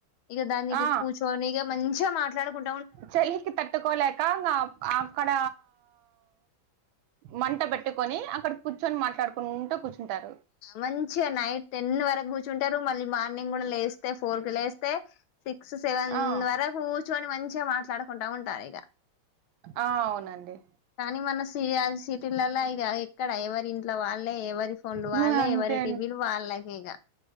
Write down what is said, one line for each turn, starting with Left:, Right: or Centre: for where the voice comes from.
Left: ఇగ దాన్నికి
Right: ఆ!
Left: కూర్చొని ఇగ మంచిగా మాట్లాడుకుం
Right: చలికి తట్టుకోలేక ఇంగ అ అక్కడ మంట పెట్టుకొని అక్కడ కూర్చుని మాట్లాడుకుంటూ కూర్చుంటారు
Left: మంచిగా నైట్ టెన్ వరకు కూర్చుంటారు మళ్ళీ మార్నింగ్ కూడా లేస్తే ఫోర్ కు లే స్తే సిక్స్ సెవెన్
Right: ఆ!
Left: వరకు కూర్చుని మంచిగా మాట్లాడుకుంటా ఉంటారు ఇగ
Right: ఆ అవు నండి
Left: కానీ మన సియ సిటీలల్లా ఇగ ఎక్కడ ఎవరి ఇంట్లో వాళ్ళే ఎవరి లువాల్లె
Right: హ్మ్. అంతే
Left: ఏవరీ టిఫిను వాళ్ళకే ఇగ